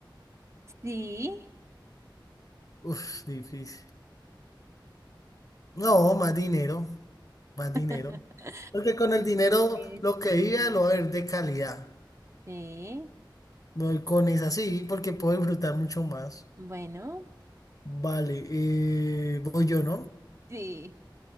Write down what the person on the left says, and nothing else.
Uf, difícil. No, más dinero. Más dinero.
Porque con el dinero
lo que viva lo va a ver de calidad.
Voy con esa sí, porque puedo disfrutar mucho más.
Vale, eh, voy yo, ¿no?